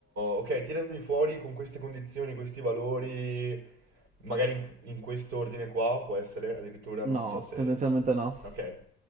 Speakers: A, on the right; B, on the right.
A: ok, tirami fuori con queste condizioni, questi valori, magari in, in questo ordine qua, può essere, addirittura, non
B: No,
A: so se...
B: tendenzialmente no.
A: Ok,